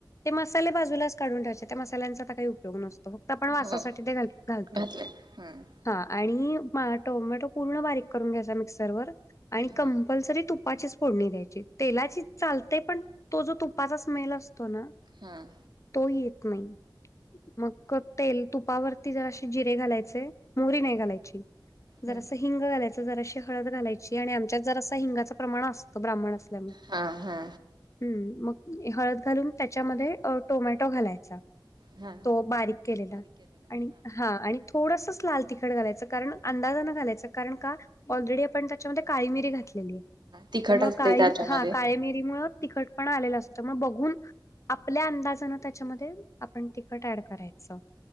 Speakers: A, on the left; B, on the right.
A: ते मसाले बाजूलाच काढून ठेवायचे त्या मसाल्यांचा आता काही उपयोग नसतो फक्त आपण वासासाठी
B: हो
A: ते घाल-घालतो.
B: घातलंय हम्म
A: हा आणि मा टोमॅटो पूर्ण बारीक करून घ्यायचा मिक्सरवर आणि
B: हा
A: कंपल्सरी तु तुपाचीच फोडणी द्यायची तेलाची चालतेय पण तो जो तुपाचा स्मेल असतो ना
B: हां.
A: तो येत नाही. मग तेल तुपावरती जराशे जिरे घालायचे. मोहरी नाही घालायची
B: हम्म
A: जरासी. हिंग घालायचं जराशी हळद घालायची आणि आमच्यात जरास हिंगाचं प्रमाण असतं ब्राह्मण असल्यामुळे.
B: हा हा.
A: हम्म मग हळद घालून त्याच्यामध्ये अ टोमॅटो घालायचा.
B: हा
A: तो बारीक केलेला आणि हा आणि थोडासाच. लाल तिखट घालायचं कारण अंदाजान घालायचं कारण का ऑलरेडी आपण त्याच्यामध्ये काळी मिरी घातलेली आहे. त्यामुळ
B: तिखट असतंय
A: काळी
B: त्याच्यामध्ये
A: हा काळी मिरी मुळ तिखट. पण आलेलं असत मग बघून आपल्या अंदाजानं त्याच्यामध्ये आपण तीखट ऍड करायचं.